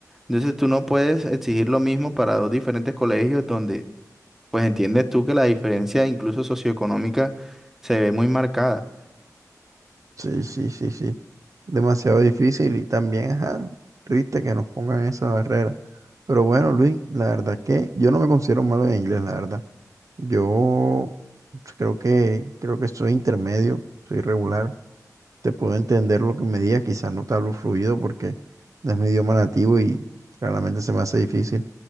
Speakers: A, in the centre; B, on the right (about 60°).
A: Entonces tú no puedes exigir lo mismo para dos diferentes colegios donde pues entiendes tú que la diferencia incluso socioeconómica se ve muy marcada.
B: Sí, sí, sí, sí. Demasiado difícil y también, ajá, triste que nos pongan esa barrera. Pero bueno, Luis, la verdad es que yo no me considero malo en inglés, la verdad. Yo creo que, creo que soy intermedio, soy regular. te puedo entender lo que me digas, quizás no te hablo fluido porque no es mi idioma nativo y claramente se me hace difícil,